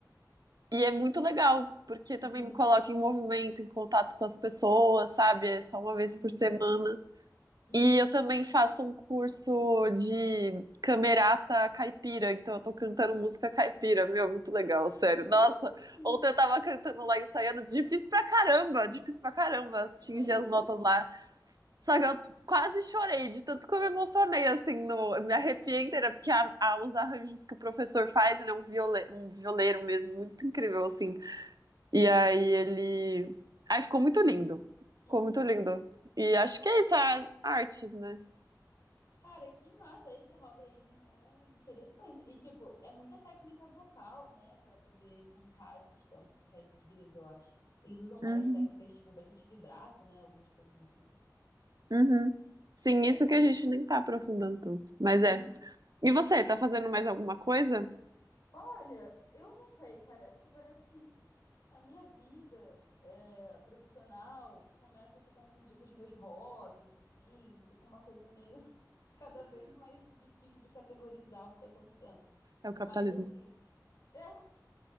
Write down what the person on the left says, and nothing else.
Uhum.
Uhum.
Uhum.
Uhum.
Imagino.
Ah,
Aham.
Aham.
Uhum.
Caraca.
Cara, que massa! Esse hobby aí é interessante. E, tipo, é muita técnica vocal, né? Pra poder cantar esses cantos caipiras, eu acho. Eles usam várias
técnicas, tipo, bastante vibrato, né? Algumas coisas assim.
Que Legal.
Uhum.
Olha, eu não sei, cara. É porque parece que a minha vida é, profissional começa a se confundir com os meus hobbies, assim. Fica uma coisa meio <laughs> cada vez mais difícil de categorizar o que tá acontecendo.
Mas,
assim. é.